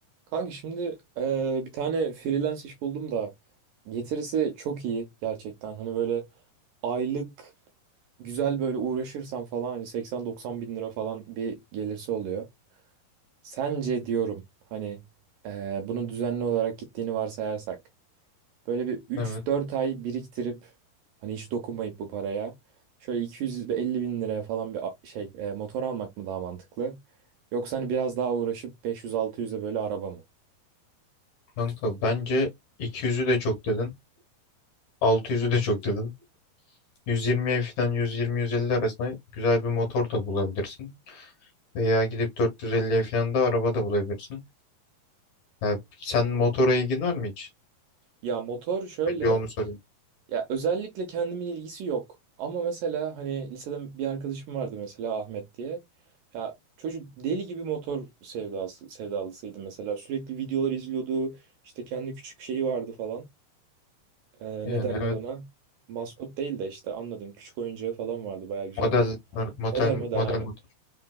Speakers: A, on the right; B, on the left.
A: Kanka şimdi eee, bir tane freelance iş buldum da getirisi çok iyi gerçekten. Hani böyle aylık güzel böyle uğraşırsam falan hani 80-90 bin lira falan bir gelirse oluyor. Sence diyorum hani eee, bunun düzenli olarak gittiğini varsayarsak böyle bir üç
B: Evet
A: dört ay biriktirip hani hiç dokunmayıp bu paraya şöyle 250 bin liraya falan bir a- şey eee, motor almak mı daha mantıklı? Yoksa hani biraz daha uğraşıp 500-600'e böyle araba mı?
B: kanka bence 200'ü de çok dedin. 600'ü de çok dedin. 120'ye falan 120-150 arasında güzel bir motor da bulabilirsin. Veya gidip 450'ye falan da araba da bulabilirsin. Ya, sen motora ilgin var mı hiç?
A: Ya motor şöyle,
B: Önce onu sorayım.
A: ya özellikle kendimin ilgisi yok. Ama mesela hani lisede bir arkadaşım vardı mesela Ahmet diye. Ya çocuk deli gibi motor sevdası, sevdalısıydı mesela. Sürekli videolar izliyordu. İşte kendi küçük şeyi vardı falan. Ee,
B: Yani
A: ne derler
B: evet
A: ona? Maskot değil de işte anladım. Küçük oyuncağı falan vardı. Baya güzel
B: model
A: duran yani.
B: model
A: Model model
B: model
A: aynen.
B: motor.